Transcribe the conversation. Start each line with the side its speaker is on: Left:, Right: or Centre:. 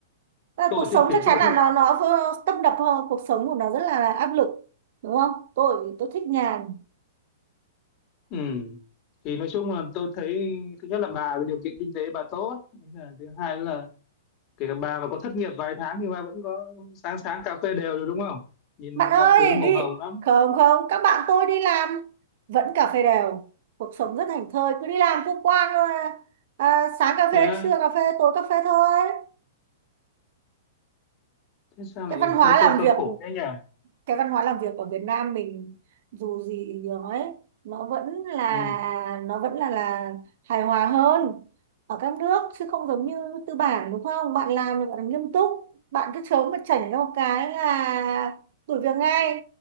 Right: Ờ,
Left: tôi
Right: cuộc
Left: thích
Right: sống
Left: thế
Right: chắc chắn
Left: tôi
Right: là
Left: thích
Right: nó
Left: làm
Right: nó vô- tấp nập hơn cuộc sống của nó rất là áp lực đúng không tôi tôi thích nhàn
Left: ừ. thì nói chung là tôi thấy thứ nhất là bà điều kiện kinh tế bà tốt Thế là thứ hai là kể cả bà mà có thất nghiệp vài tháng thì bà vẫn có sáng sáng cà phê đều được đúng không nhìn
Right: bạn ơi
Left: mọi thứ nó màu
Right: đi
Left: hồng lắm
Right: không không các bạn tôi đi làm vẫn cà phê đều cuộc sống rất thảnh thơi cứ đi làm cứ qua à, à, sáng cà phê
Left: thế á,
Right: trưa cà phê tối cà phê thôi
Left: thế sao
Right: cái
Left: lại
Right: văn hóa
Left: thấy
Right: làm
Left: tôi tôi
Right: việc
Left: khổ thế nhỉ
Right: cái văn hóa làm việc ở Việt Nam mình dù gì thì nói nó vẫn là
Left: ừ.
Right: nó vẫn là là hài hòa hơn ở các nước chứ không giống như tư bản đúng không bạn làm thì bạn làm nghiêm túc bạn cứ chớm mà chảnh ra một cái là đuổi việc ngay